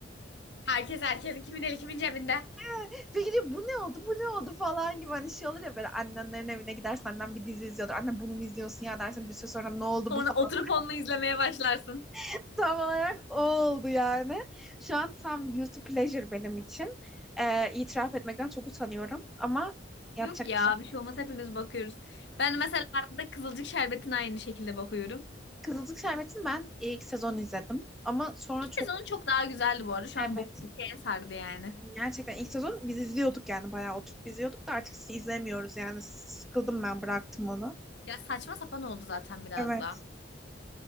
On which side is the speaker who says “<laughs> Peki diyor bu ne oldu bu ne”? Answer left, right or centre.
Centre